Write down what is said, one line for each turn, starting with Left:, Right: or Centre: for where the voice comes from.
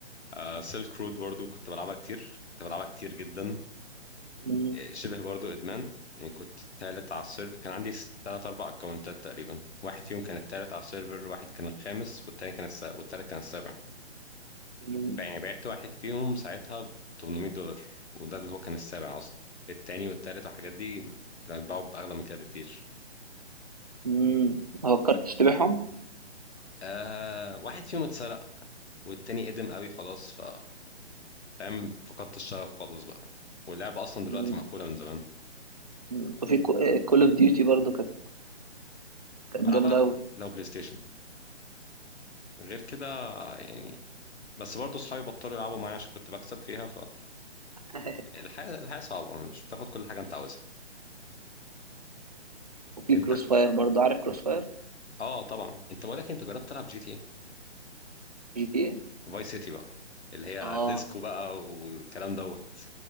Left: آه سيلك رود برضو كنت بلعبها كتير كنت بلعبها كتير جدا
Right: مم.
Left: شبه برضو ادمان يعني كنت تالت على السيرفر كان عندي س- تلات اربع اكونتات تقريبا واحد فيهم كان التالت على السيرفر واحد كان الخامس والتاني كان الس... والتالت كان السابع
Right: مم.
Left: بع- يعني بعت واحد فيهم ساعتها ب 800 دولار وده اللي هو كان السابع اصلا التاني والتالت والحاجات دي كانوا بيتباعوا باغلى من كده بكتير
Right: مم. ما فكرتش تبيعهم
Left: آه واحد فيهم اتسرق والتاني قدم قوي خلاص ف فاهم فقدت الشغف خالص بقى واللعبة اصلا
Right: مم.
Left: دلوقتي مقفولة من زمان
Right: مم. وفي كول اوف ديوتي برضو كانت كانت
Left: بلعبها
Right: جامده قوي
Left: لو بلاي ستيشن غير كده يعني بس برضه صحابي بطلوا يلعبوا معايا عشان كنت بكسب فيها
Right: <laughs>
Left: فالحياة الحياة صعبة مش بتاخد كل حاجة انت عاوزها
Right: وفي
Left: انت
Right: كروس
Left: ج-
Right: فاير برضو عارف كروس فاير
Left: اه طبعا انت بقولك انت جربت تلعب جي تي ايه
Right: جي تي ايه
Left: فاي سيتي بقى اللي هي
Right: اه
Left: ديسكو بقى والكلام دوت